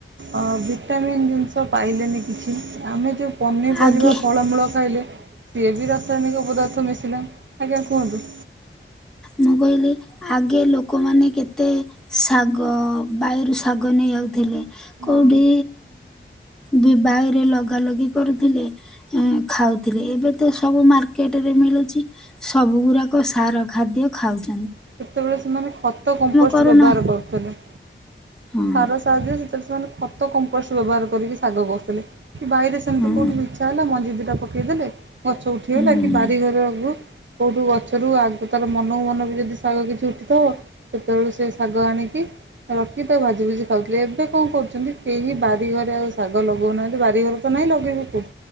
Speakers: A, on the right (about 65°); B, in the centre.
A: ଅ ଭିଟାମିନ୍ ଜିନିଷ ପାଇଲେନି କିଛି ଆମେ ଯେଉ ପନିପରିବା
B: ଆଗେ
A: ଫଳମୂଳ ଖାଇଲେ। ସିଏ ବି ରାସାୟନିକ ପଦାର୍ଥ ମିଶିଲା ଆଜ୍ଞା କୁହନ୍ତୁ।
B: ମୁଁ କହିଲି ଆଗେ ଲୋକମାନେ କେତେ ଶାଗ ବାୟୁରୁ ଶାଗ ନେଇ ଆଉଥିଲେ
A: ହଁ।
B: କୋଉଠି ବି ବାହାରେ ଲଗା ଲଗି କରୁଥିଲେ ଏ ଖାଉଥିଲେ ଏବେ ତ ସବୁ ମାର୍କେଟ ରେ ମିଳୁଛି ସବୁ ଗୁଡାକ ସାର ଖାଦ୍ୟ ଖାଉଛି।
A: ସେତେବେଳେ ସେମାନେ ଖତ କମ୍ପୋଷ୍ଟ
B: କରୁନା
A: ବ୍ୟବହାର କରୁଥିଲେ।
B: ହଁ
A: ସାରା ସାହାଯ୍ୟରେ ସେତେବେଳେ ସେମାନେ ଖତ କମ୍ପୋଷ୍ଟ ବ୍ୟବହାର କରିକି ଶାଗ କରୁଥିଲେ। କି ବାଇରେ ସେମିତି
B: ହଁ
A: କଉଠି ଇଚ୍ଛା ହେଲା ମଞ୍ଜି ଦୁଇଟା ପକେଇଦଲେ। ଗଛ ଉଠିଗଲା
B: ହୁଁ
A: କି ବାରିଘର କୁ କୋଉଠୁ ଗଛରୁ ଆଗ ତାର ମନ ମନକୁ ବି ଯଦି ଶାଗ କିଛି ଉଠିଥିବ। ସେତେବେଳଳେ ସେ ଶାଗ ଆଣିକି ରଖି ତ ଭାଜି ଭୁଜି ଖାଉଥିଲେ। ଏବେ କଣ କରୁଚନ୍ତି କେହି ବାରିଘରେ ଆଉ ଶାଗ ଲଗଉନାହାନ୍ତି। ବାରିଘରେ ତ ନାହିଁ ଲଗେଇବେ କୋଉଠୁ।